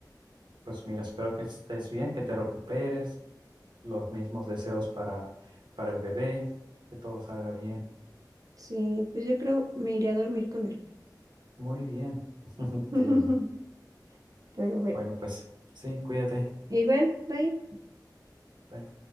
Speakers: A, on the right; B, on the right.
A: Pues mira, espero que estés bien, que te recuperes. Los mismos deseos para, para el bebé, que todo salga bien.
B: Sí, pues yo creo me iré a dormir con él.
A: Muy bien. <laughs>
B: <laughs>
A: Qué lindo.
B: Pero bueno,
A: Bueno, pues sí, cuídate.
B: igual, bye.
A: Bye.